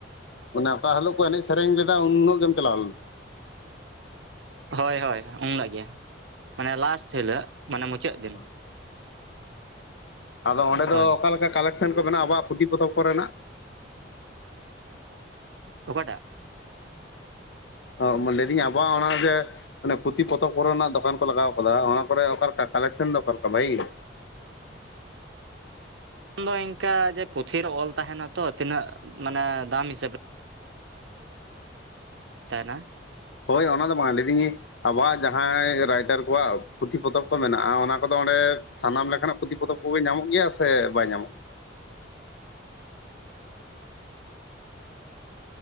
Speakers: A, on the left; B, on the right.
A: ᱚᱠᱟ ᱦᱤᱞᱳᱜ ᱠᱚ ᱮᱱᱮᱡ ᱥᱮᱨᱮᱧ ᱞᱮᱫᱟ, ᱩᱱ ᱦᱤᱞᱳᱜ ᱜᱮᱢ ᱪᱟᱞᱟᱣ ᱞᱮᱱᱟ?
B: ᱦᱳᱭ ᱦᱳᱭ ᱩᱱ ᱦᱤᱞᱳ ᱜᱮ! ᱢᱟᱱᱮ ᱞᱟᱥᱴ ᱦᱤᱞᱳ ᱢᱟᱱᱮ ᱢᱩᱪᱟᱹᱫ ᱫᱤᱱ᱾
A: <inaudible> ᱟᱫᱚ ᱚᱸᱰᱮ
B: ᱦᱳᱭ
A: ᱫᱚ ᱚᱠᱟᱞᱮᱠᱟ ᱠᱟᱞᱮᱠᱥᱮᱱ ᱠᱚ ᱢᱮᱱᱟᱜᱼᱟ᱾ ᱟᱵᱚᱣᱟᱜ ᱯᱩᱛᱷᱤ ᱯᱚᱛᱚᱵ ᱠᱚᱨᱮᱱᱟᱜ?
B: ᱚᱠᱟ ᱴᱟᱸᱜ?
A: ᱚ ᱞᱟᱸᱭ ᱫᱤᱧ ᱟᱵᱚᱣᱟᱜ, ᱚᱱᱮ ᱡᱮᱻᱻ ᱢᱟᱱᱮ ᱯᱩᱛᱷᱤ ᱯᱚᱛᱚᱵ ᱠᱚᱨᱮᱱᱟᱜ ᱫᱚᱠᱟᱱ ᱠᱚ, ᱞᱟᱜᱟᱣ ᱟᱠᱟᱫᱟ᱾ ᱚᱱᱟ ᱠᱚᱨᱮ ᱚᱠᱟ ᱞᱮᱠᱟ ᱠᱟᱞᱮᱠᱥᱮᱱ ᱫᱚ ᱚᱠᱟᱞᱮᱠᱟ ᱵᱷᱟᱜᱤ ᱜᱮ?
B: ᱫᱚ ᱤᱱᱠᱟ ᱡᱮ ᱯᱩᱛᱷᱷᱤ ᱨᱮ ᱚᱞ ᱛᱟᱦᱮᱱᱟ ᱛᱚ, ᱛᱤᱱᱟᱹᱜ ᱢᱟᱱᱮ ᱫᱟᱢ ᱦᱤᱥᱟᱹᱵ ᱛᱮᱻᱻ ᱛᱟᱦᱮᱱᱟ᱾
A: ᱦᱳᱭ ᱚᱱᱟ ᱫᱚ ᱵᱟᱝ ᱞᱟᱭ ᱫᱤᱧᱻᱻ ᱟᱵᱚᱣᱟᱜ ᱡᱟᱦᱟᱸᱭ ᱨᱟᱭᱴᱟᱨ ᱠᱚᱣᱟᱜ ᱯᱩᱛᱷᱤ ᱯᱚᱛᱚᱵ ᱠᱚ ᱢᱮᱱᱟᱜᱼᱟ, ᱚᱱᱟ ᱠᱚᱫᱚ ᱚᱸᱰᱮᱻᱻ ᱥᱟᱱᱟᱢ ᱞᱮᱠᱟᱱᱟᱜ ᱯᱩᱛᱷᱤ ᱯᱚᱛᱚᱵ ᱠᱚᱜᱮ ᱧᱟᱢᱚᱜ ᱜᱮᱭᱟ ᱥᱮ ᱵᱟᱝ ᱧᱟᱢᱚᱜ ᱜᱮᱭᱟ?